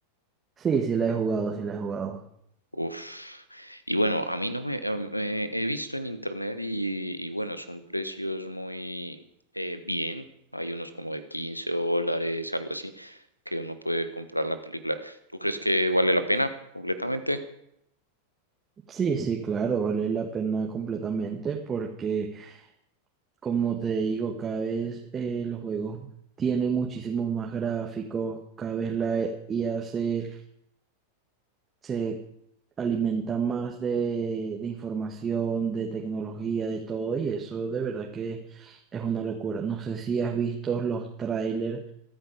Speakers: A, on the right; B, on the left.
A: Sí, sí la he jugado, sí la he jugado.
B: Uf. Y bueno, a mí no me, a- me- he visto en internet y, y bueno, son precios muy eh, bien. Hay unos como de 15 dólares, algo así, que uno puede comprar la película. ¿Tú crees que vale la pena completamente?
A: Sí, sí, claro, vale la pena completamente porque, como te digo, cada vez eh, los juegos tienen muchísimos más gráficos, cada vez la IA se, se alimenta más de, de información, de tecnología, de todo, y eso de verdad que es una locura. No sé si has visto los trailers